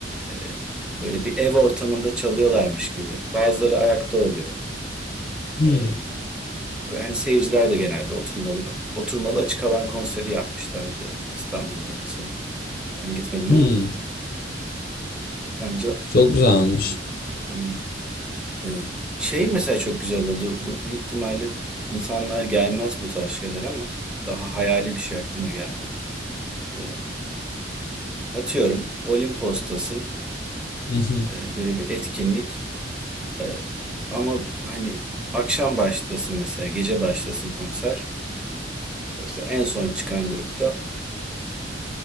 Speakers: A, in the centre; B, on the left.
A: eee, böyle bir ev ortamında çalıyorlarmış gibi. Bazıları ayakta oluyor.
B: Hmm,
A: Eee, ve hani seyirciler de genelde oturmalı oturmalı açık alan konseri yapmışlardı İstanbul'da mesela. Ben gitmedim
B: hmm,
A: ama bence
B: çok güzelmiş.
A: Hıı, aynen. Evet. Şey mesela çok güzel olurdu. Bu büyük ihtimalle insanlar gelmez bu tarz şeyler ama daha hayali bir şey aklıma geldi. Ee, atıyorum Olimpos'tasın.
B: Hı hı.
A: Ee, böyle bir etkinlik. Ee, ama hani akşam başlasın mesela, gece başlasın konser. Mesela en son çıkan grupta